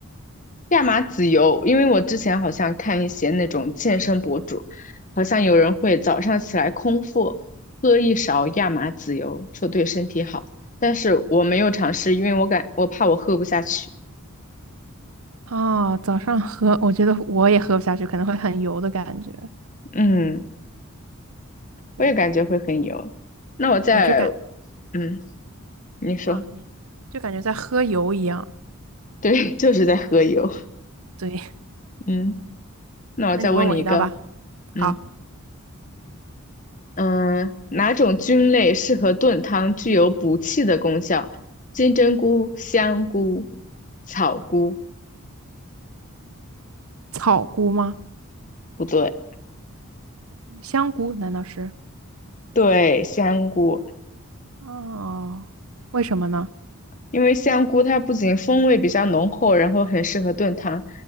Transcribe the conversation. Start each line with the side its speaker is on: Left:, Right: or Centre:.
Left: 亚麻籽油，因为我之前好像看一些那种健身博主，好像有人会早上起来空腹喝一勺亚麻籽油，说对身体好。但是我没有尝试，因为我感我怕我喝不下去。
Right: 哦，早上喝，我觉得我也喝不下去，可能会很油的感觉。
Left: 嗯，我也感觉会很油。
Right: 对
Left: 那我再，
Right: 对，就感
Left: 嗯，你说，
Right: 啊，你就感觉在喝油一样。
Left: 对，<laughs> 就是在喝油。
Right: 对，
Left: 嗯，
Right: <laughs>
Left: 那我再问你一个，
Right: 那你问我一道吧。
Left: 嗯。
Right: 好，
Left: 嗯，哪种菌类适合炖汤，具有补气的功效？金针菇、香菇、草菇，
Right: 草菇吗？
Left: 不对，
Right: 香菇难道是？
Left: 对，香菇，
Right: 哦，为什么呢？
Left: 因为香菇它不仅风味比较浓厚，然后很适合炖汤，